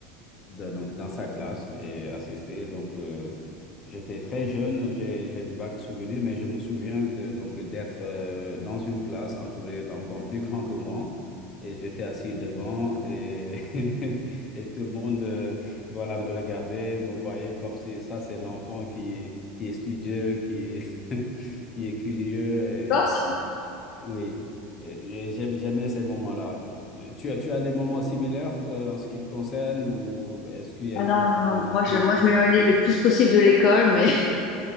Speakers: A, on the left; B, on the left.
A: de- donc dans sa classe et assister. Donc, euh, j'étais très jeune, j'ai, j'ai de vagues souvenirs, mais je me souviens que- donc d'être euh, dans une classe entourée d'enfants plus grands que moi. Et j'étais assis devant et, <laughs> et tout le monde euh, voilà, me regardait, me voyait comme si ça, c'est l'enfant qui, qui est studieux, qui, <laughs> qui est curieux.
B: <laughs> Corse
A: Oui, Euh, euh, j'aime jamais ces moments-là. Euh, Tu as, tu as des moments similaires toi, en ce qui te concerne ou est-ce qu'il y a
B: Ah
A: une
B: non,
A: partie
B: non,
A: de
B: non.
A: ton enfance
B: Moi, je, moi,
A: qui
B: je
A: t'a-
B: m'éloignais le plus possible de l'école, mais